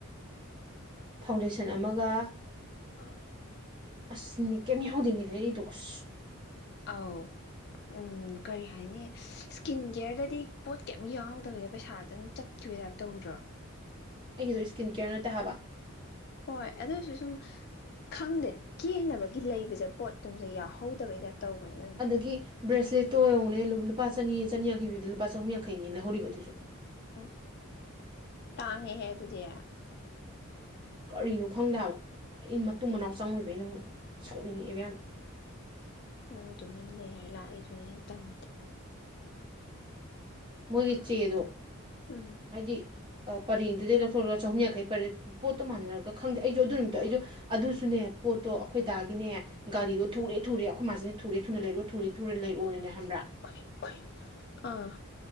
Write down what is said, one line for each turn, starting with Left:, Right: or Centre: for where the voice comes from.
Right: ꯐꯥꯎꯟꯗꯦꯁꯟ ꯑꯃꯒ
Left: ꯍꯣ ꯍꯣꯏ
Right: ꯑꯁ ꯃꯤ ꯀꯩꯝ ꯌꯥꯎꯍꯧꯗꯦ ꯃꯤ ꯂꯩꯔꯤꯗꯣ ꯑꯁ
Left: ꯑꯥꯎ ꯎꯝ ꯀꯔꯤ ꯍꯥꯏꯅꯤ ꯁ꯭ꯀꯤꯟ ꯀꯤꯌꯔꯗꯗꯤ ꯄꯣꯠ ꯀꯩꯝ ꯌꯥꯎꯗꯕꯤꯗ ꯄꯩꯁꯥꯗꯪ ꯆꯠꯈꯤꯕꯩ ꯇꯥꯏꯞ ꯇꯧꯗ꯭ꯔꯣ
Right: ꯑꯩꯒꯤꯗꯨ ꯁ꯭ꯀꯤꯟ ꯀꯤꯌꯔ ꯅꯠꯇꯦ ꯍꯥꯢꯕ
Left: ꯍꯣꯏ ꯑꯗꯣꯏꯁꯨ ꯁꯨꯝ ꯈꯪꯗꯦ ꯀꯦꯅꯕꯒꯤ ꯂꯩꯕꯖꯦ ꯄꯣꯠꯇꯨꯝꯖꯦ ꯌꯥꯎꯍꯧꯗꯕꯩ ꯇꯥꯏꯞ ꯇꯧꯕꯅꯦꯕ
Right: ꯑꯗꯒꯤ ꯕ꯭ꯔꯦꯁꯂꯦꯠꯇꯣ ꯌꯦꯡꯉꯨꯅꯦ ꯂꯨꯄꯥ ꯆꯅꯤ ꯆꯅꯤꯌꯥꯡꯈꯩ ꯄꯤꯕꯗꫭ ꯂꯨꯄꯥ ꯆꯍꯨꯝ ꯌꯥꯡꯈꯩꯅꯤ ꯂꯧꯍꯧꯔꯤꯕ ꯑꯗꯨꯁꯨ
Left: ꯎꯝ ꯇꯥꯡꯉꯦꯍꯦ ꯑꯗꯨꯗꯤ
Right: ꯀꯔꯤꯅꯣ ꯈꯪꯗꯦ ꯍꯥꯏꯕ ꯑꯩ ꯃꯇꯨꯡ ꯃꯅꯥꯎ ꯆꯪꯉꯣꯏꯕ ꯑꯩꯅ ꯁꯥꯎꯅꯤꯡꯉꯛꯑꯦꯕ ꯌꯥꯝ
Left: ꯅꯣꯏ ꯇꯨꯃꯤꯟ ꯂꯩꯔ ꯂꯥꯛꯏꯗꯨꯅ ꯍꯦꯟ ꯇꯟꯗꯦ
Right: ꯃꯣꯏꯒꯤ
Left: ꯍꯥꯏꯕꯗ
Right: ꯆꯦꯗꯣ
Left: ꯎꯝ
Right: ꯍꯥꯏꯗꯤ ꯄꯔꯦꯡꯗꯨꯗꯩ ꯂꯧꯊꯣꯛꯂꯒ ꯆꯍꯨꯝ ꯌꯥꯡꯈꯩ ꯄꯔꯦꯡ ꯄꯣꯠꯇꫭ ꯃꯥꯟꯅꯔꯒ ꯈꯪꯗꯦ ꯑꯩꯖꯨ ꯑꯗꯨ ꯅꯨꯃꯤꯠꯇꯣ ꯑꯩꯖꯨ ꯑꯗꯨꯁꯨꯅꯦ ꯄꯣꯠꯇꯣ ꯑꯈꯣꯏꯗꯥꯒꯤꯅꯦ ꯒꯥꯔꯤꯗꯣ ꯊꯨꯔꯦ ꯊꯨꯔꯦ ꯑꯈꯣꯏ ꯃꯥꯁꯤꯅ ꯊꯨꯔꯦ ꯊꯨꯔꯦ ꯊꯨꯅ ꯂꯩꯔꯑꯣ <unintelligible> ꯂꯩꯔꯛꯑꯣꯅꯅꯦ ꯈꯪꯕ꯭ꯔ
Left: ꯀꯩ ꯀꯩꯅꯣ ꯑꯥ